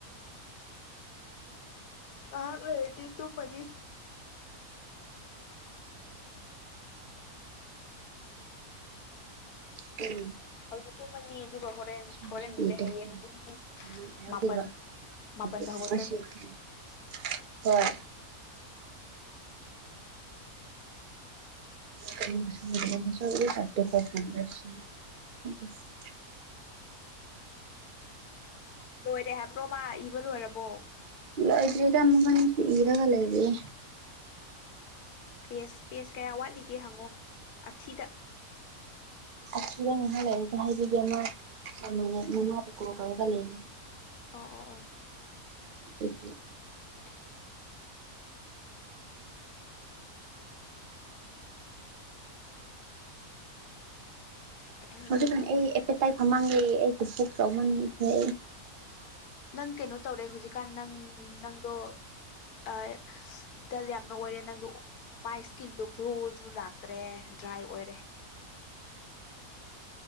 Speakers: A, on the left; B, on the right.
A: ꯉꯍꯥꯛ ꯂꯩꯔꯗꯤ ꯇꯨꯝꯃꯅꯤ
B: ꯀꯤꯝ
A: ꯍꯧꯖꯤꯛ ꯇꯧꯝꯃꯅꯤ ꯑꯗꯨꯒ ꯍꯣꯔꯦꯟ
B: <unintelligible>
A: ꯍꯣꯔꯦꯟ ꯅꯠꯇꯦ ꯍꯌꯦꯡ ꯄꯨꯡ ꯃꯥꯄꯜ ꯃꯥꯄꯜꯗ ꯍꯧꯒꯠꯀꯅꯤ
B: ꯍꯣꯏ <unintelligible>
A: ꯂꯣꯏꯔꯦ ꯍꯥꯏꯕ꯭ꯔꯣ ꯃꯥ ꯏꯕ ꯂꯣꯏꯔꯕꯣ
B: ꯂꯣꯏꯗ꯭ꯔꯤꯗ ꯃꯒꯟꯁꯨ ꯏꯔꯒ ꯂꯩꯔꯤꯌꯦ
A: ꯄꯦꯁ ꯄꯦꯁ ꯀꯌꯥ ꯋꯥꯠꯂꯤꯒꯦ ꯍꯪꯉꯣ ꯑꯊꯤꯗ
B: ꯑꯀꯤꯔ ꯉꯍꯥꯛ ꯂꯩꯔꯒ ꯍꯥꯏꯕꯤꯒꯦ ꯃꯥ ꯑꯗꯨꯃꯥꯏꯅ ꯃꯃꯥꯕꯨ ꯀꯣꯜ ꯇꯧꯔꯒ ꯂꯩꯕꯅꯦ
A: ꯑꯣ ꯑꯣ
B: <inaudible>
A: <inaudible> ꯑꯣ
B: ꯍꯧꯖꯤꯛꯀꯥꯟ ꯑꯩ ꯑꯦꯄꯦꯇꯥꯏꯠ ꯐꯃꯥꯡꯉꯦ ꯑꯩꯗꯤ ꯄꯨꯛ ꯆꯥꯎꯃꯟꯈ꯭ꯔꯦ
A: ꯅꯪ ꯀꯩꯅꯣ ꯇꯧꯔꯦ ꯍꯧꯖꯤꯛꯀꯥꯟ ꯅꯪ ꯅꯪꯗꯣ ꯇꯥꯏ ꯗꯜ ꯌꯥꯝꯅ ꯑꯣꯏꯔꯦ ꯅꯪꯗꯣ ꯃꯥꯏ ꯁ꯭ꯀꯤꯟꯗꯣ ꯒ꯭ꯂꯣꯖꯨ ꯂꯥꯛꯇ꯭ꯔꯦ ꯗ꯭ꯔꯥꯏ ꯑꯣꯏꯔꯦ